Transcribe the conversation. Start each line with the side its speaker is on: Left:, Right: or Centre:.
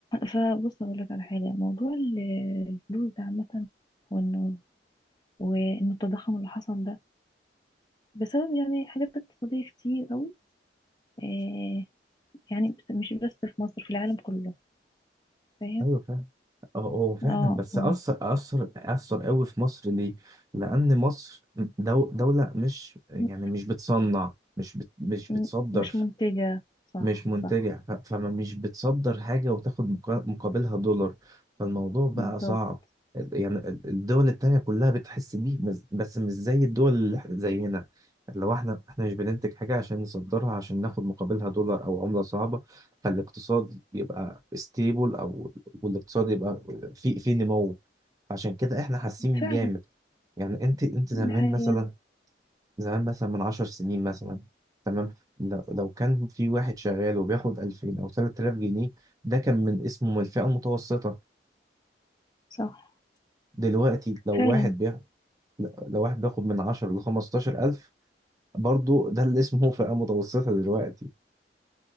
Left: فبص اقول لك على حاجه موضوع ال- الفلوس ده عامه وانه وان التضخم اللي حصل ده بسبب يعني حاجات اقتصاديه كتير قوي آه يعني بس- مش بس في مصر في العالم كله فاهم
Right: ايوه اه هو فعلا
Left: اه
Right: بس
Left: اه
Right: أثر أثر أثر قوي في مصر ليه؟ لأن مصر دو دولة مش يعني
Left: م-
Right: مش بتصنع مش بت مش
Left: م-
Right: بتصدر
Left: مش منتجه صح
Right: مش منتجع
Left: صح
Right: ف- فما مش بتصدر حاجة وتاخد مقا- مقابلها دولار فالموضوع بقى
Left: بالظبط
Right: صعب ال- يعني ال- الدول التانية كلها بتحس بيه بس بس مش زي الدول اللي إحنا- زينا لو احنا احنا مش بننتج حاجة عشان نصدرها عشان ناخد مقابلها دولار او عملة صعبة فالاقتصاد يبقى ستيبل او والاقتصاد يبقى في في نمو عشان كده احنا حاسين بجامد
Left: فعلا
Right: يعني انت انت زمان
Left: دي حقيقه
Right: مثلا زمان مثلا من عشر سنين مثلا تمام لو لو كان في واحد شغال وبياخد 2000 أو 3000 جنيه ده كان من اسمه من الفئة المتوسطة
Left: صح
Right: دلوقتي لو
Left: فعلا
Right: واحد بياخد لو واحد بياخد من 10 ل 15000 برضه ده اللي اسمه <laughs> فئة متوسطة دلوقتي